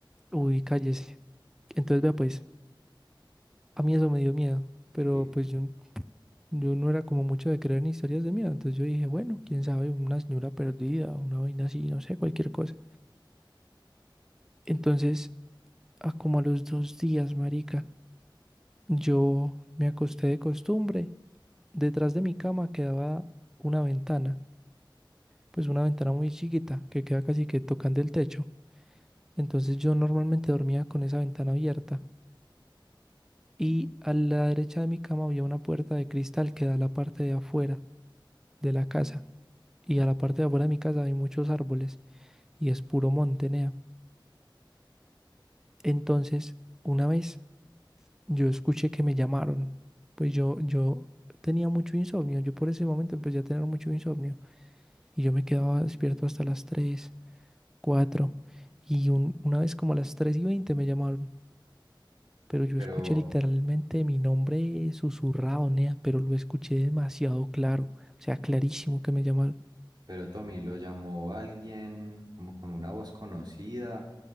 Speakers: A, in the centre; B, on the right (about 55°).
A: Uy, cállese. Entonces, vea, pues, a mí eso me dio miedo, pero
B: Sí.
A: pues yo Yo no era como mucho de creer en historias de miedo, entonces yo dije, bueno, quién sabe, una señora perdida, una vaina así, no sé, cualquier cosa. Entonces, a como a los dos días, marica, yo me acosté de costumbre. Detrás de mi cama quedaba una ventana, pues una ventana muy chiquita que queda casi que tocando el techo. Entonces yo normalmente dormía con esa ventana abierta y a la derecha de mi cama había una puerta de cristal que da a la parte de afuera de la casa y a la parte de afuera de mi casa hay muchos árboles. y es puro monte, nea. Entonces, una vez yo escuché que me llamaron, pues yo, yo tenía mucho insomnio, yo por ese momento empecé a tener mucho insomnio y yo me quedaba despierto hasta las 3 4 y un- una vez como a las 3 y 20 me llamaron, pero yo
B: Pero
A: escuché literalmente mi nombre susurrado, nea, pero lo escuché demasiado claro, o sea, clarísimo que me llamaron.
B: Pero Tommy, ¿lo llamó alguien como con una voz conocida